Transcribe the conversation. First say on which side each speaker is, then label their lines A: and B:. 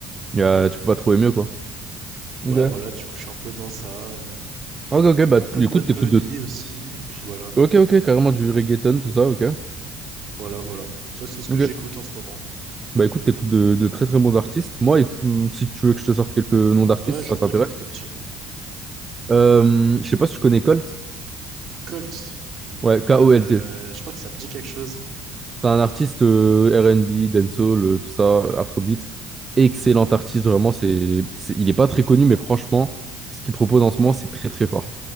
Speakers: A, on the right; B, on the right.
A: Il y a- tu peux pas trouver mieux, quoi.
B: Ouais,
A: Ok.
B: voilà, du coup, je suis un peu dans ça. euh,
A: Ok, ok. Bah,
B: un
A: t-
B: peu
A: du
B: de Bad
A: coup, t'écoutes
B: Bunny
A: de.
B: aussi, et puis voilà.
A: Ok, ok. Carrément du reggaeton, tout ça, ok.
B: Voilà, voilà. Ça, c'est ce que
A: Ok.
B: j'écoute en ce moment.
A: Bah écoute, t'écoutes
B: Je peux...
A: de, de très très bons artistes. Moi, écou- si tu veux que je te sorte quelques noms d'artistes,
B: Ouais, je
A: ça
B: veux bien
A: t'intéresse.
B: quelques petits noms.
A: Euh, je sais pas si tu connais Colt.
B: Colt.
A: Ouais, K-O-L-T.
B: Euh, je crois que ça me dit quelque chose.
A: C'est un artiste euh, R and B, dancehall, euh, tout ça, euh, afrobeat. Excellent artiste, vraiment. C'est, c'est- il est pas très connu, mais franchement, ce qu'il propose en ce moment, c'est très très fort.